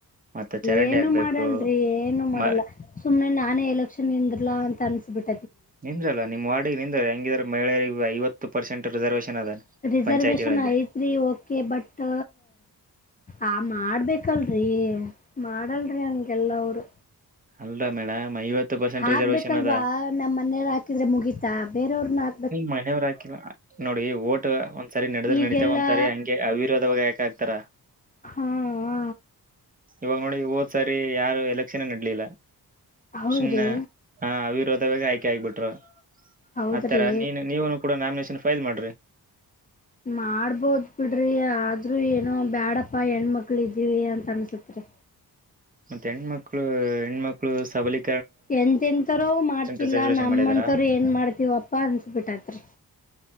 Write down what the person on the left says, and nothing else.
ಏನು
ಮಾಡಲ್ರಿ ಏನು ಮಾಡಲ್ಲ
ಸುಮ್ನೆ ನಾನೇ ಎಲೆಕ್ಷನ್ ನಿಂದರಲಾ ಅಂತ ತಿಸಿಬಟ್ಟು
ರಿಸರ್ವೇಶನ್
ಐತ್ರಿ ಓಕೆ ಬಟ್ ಆ ಮಾಡ್ಬೇಕಲ್ರರಿ ಮಾಡಲ್ರಿ ಹಗೆಲ್ಲ ಅವರು
ಹಾಕ್ಬೇಕಲ್ವಾ
ನಮ್ಮ್ ಮನೆಯವರು ಹಾಕಿದ್ರೆ ಮುಗೀತಾ ಬೇರೆಯವ್ರನ ಹಾ
ಈಗೆಲ್ಲಾ
ಹಾ ಹ
ಹೌದ್ರಿ
ಹೌದ್ರಿ
ಮಾಡ್ಬೋದ ಬಿಡ್ರಿ ಆದ್ರೂ ಏನೋ ಬ್ಯಾಡಪ್ಪಾ ಹೆಣ್ಮಕ್ಳವಿ ಅಂತ ಅನ್ಸತ್ರಿ
ಎಂತೆ ಎಂತೋರು ಮಾಡ್ತಿಲ್ಲಾ
ನಮ್ಮಂತರು
ಏನ್ ಮಾಡ್ತಿವಪ್ಪಾ ಅನ್ಸಬಿಟ್ಟತ್ರಿ